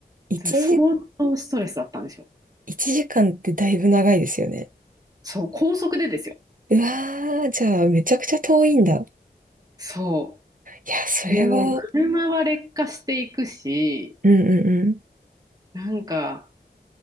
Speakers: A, on the right; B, on the right.
A: 一時、
B: それ相当ストレスだったんですよ。
A: 一時間ってだいぶ長いですよね。
B: そう、高速でですよ。
A: うわー、じゃあめちゃくちゃ遠いんだ。い
B: そ
A: や、それは、
B: う。でも、車は劣化していくし、
A: うんうん
B: なんか、